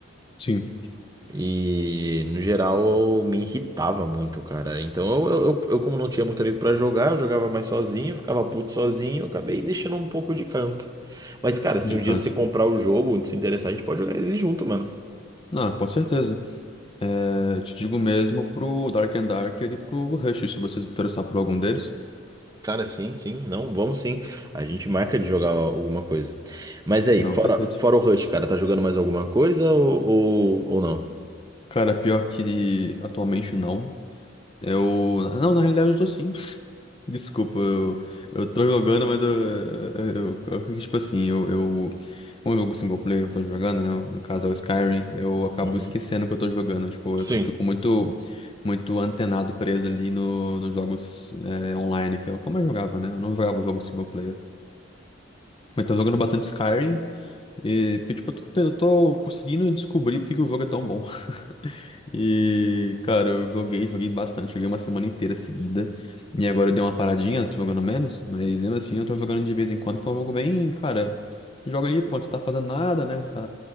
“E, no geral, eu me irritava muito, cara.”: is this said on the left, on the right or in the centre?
Right